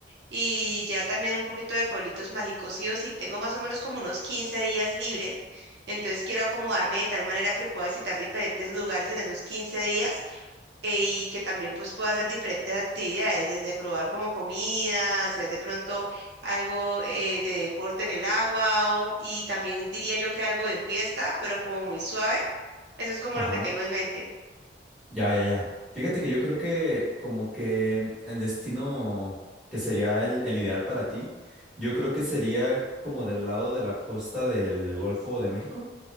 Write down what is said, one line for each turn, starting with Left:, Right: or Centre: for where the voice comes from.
Right: y ya también un poquito de pueblitos mágicos. Sí o sí, tengo más o menos como unos 15 días libres, entonces quiero acomodarme de tal manera que pueda visitar diferentes lugares en esos 15 días eh, y que también pues pueda hacer diferentes actividades, desde probar como comida, hacer de pronto algo eh, de deporte en el agua o- y también diría yo que algo de fiesta, pero como muy suave. Eso es como
Centre: Ajá.
Right: lo que tengo en mente.
Centre: Ya, ya, ya. Fíjate que yo creo que como que el destino que sería el, el ideal para ti, yo creo que sería como del lado de la costa del Golfo de México.